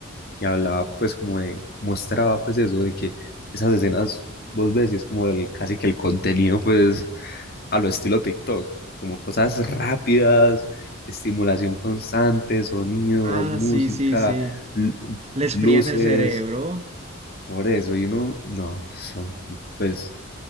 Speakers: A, on the left (about 45°); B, on the right (about 30°).
A: y hablaba pues como de, mostraba pues eso de que esas escenas vos ves y es como el, casi que el contenido pues a lo estilo TikTok, como cosas rápidas, estimulación constante, sonidos,
B: Ah,
A: música,
B: sí, sí, sí.
A: lu-
B: Les
A: luces.
B: fríen el cerebro,
A: Por eso, y uno, no, eso, pues